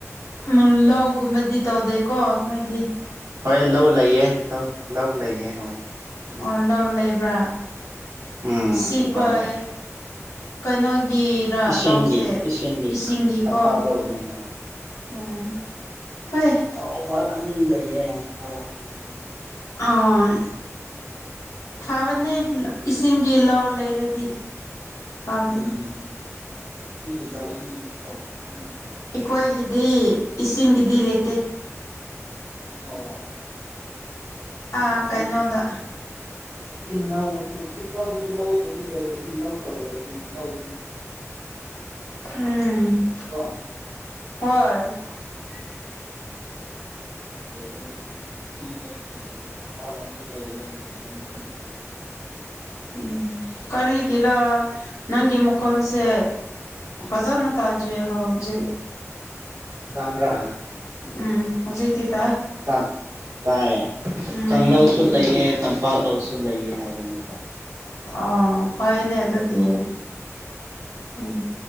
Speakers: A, on the left (about 80°); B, on the right (about 65°).
A: ꯎ ꯂꯧꯒꯨꯝꯕꯗꯤ ꯇꯧꯗꯦꯀꯣ ꯅꯣꯏꯗꯤ
B: ꯍꯣꯏ ꯂꯧ ꯂꯩꯌꯦ ꯂꯧ ꯂꯧ ꯂꯩꯌꯦ ꯍꯣꯏ
A: ꯑꯣ ꯅꯔ ꯂꯩꯕ꯭ꯔꯥ
B: ꯎꯝ
A: ꯁꯤꯛ
B: ꯂꯧ
A: ꯑꯣꯏ
B: ꯂꯩꯌꯦ
A: ꯀꯩꯅꯅꯣꯒꯤ ꯔ
B: ꯏꯁꯤꯡꯒꯤ
A: ꯂꯧꯁꯦ
B: ꯏꯁꯤꯡꯒꯤ
A: ꯏꯁꯤꯡꯒꯤꯀꯣ
B: ꯇꯝꯄꯥꯛ ꯂꯧꯅꯦ ꯍꯣꯏ
A: ꯎ ꯎꯝ ꯍꯣꯏ
B: ꯑꯆꯕ ꯑꯅꯤ ꯂꯩꯌꯦ ꯂꯧ ꯑꯅꯤ
A: ꯑꫭ ꯐꯕꯅꯦ ꯏꯁꯤꯡꯒꯤ ꯂꯧ ꯂꯩꯔꯗꯤ ꯐꯕꯅꯦ
B: ꯎꯝ ꯎ
A: ꯑꯩꯈꯣꯏꯒꯤꯗꯤ ꯏꯁꯤꯡꯒꯤꯗꯤ ꯂꯩꯇꯦ
B: ꯑꯣ
A: ꯑꯥ
B: ꯑ ꯀ
A: ꯀꯩꯅꯣꯗ
B: ꯆꯤꯜꯍꯎꯁꯨ ꯇꯤꯜꯍꯎꯁꯨ ꯂꯧꯕꯗꯤ ꯂꯩꯔ ꯇꯤꯜꯍꯎ ꯂꯧꯗꯅꯤ ꯂꯧ
A: ꯎꯝ
B: ꯀꯣ
A: ꯍꯣꯏ <unintelligible>
B: ꯎꯝ ꯁꯤꯂꯣꯁꯨ ꯂꯩꯌꯦ ꯑꯇꯥꯂꯣꯁꯨ ꯂꯩꯌꯦ <unintelligible>
A: ꯎꯝ ꯀꯔꯤꯒꯤꯂ ꯅꯪꯒꯤ ꯃꯀꯣꯟꯁꯦ ꯄꯖꯥꯅ ꯇꯥꯗꯔ꯭ꯤ ꯍꯧꯖꯤꯛ <unintelligible>
B: ꯇꯥꯕ꯭ꯔ
A: ꯎꯝ ꯍꯧꯖꯤꯀꯇꯤ ꯇꯥꯏ
B: ꯇ ꯇꯥꯏꯌꯦ
A: ꯎꯝ
B: ꯀꯪꯂꯧꯁꯨ
A: ꯍꯧꯖꯤꯛꯇꯤ ꯇꯥꯏ
B: ꯂꯩꯑ ꯇꯝꯄꯥꯛꯂꯧꯁꯨ ꯂꯩꯌꯦ ꯍꯥꯏꯕꯅꯤꯗ
A: ꯑꯣ ꯐꯩꯅꯦ ꯑꯗꯨꯗꯤ
B: ꯎꯝ
A: ꯎꯝ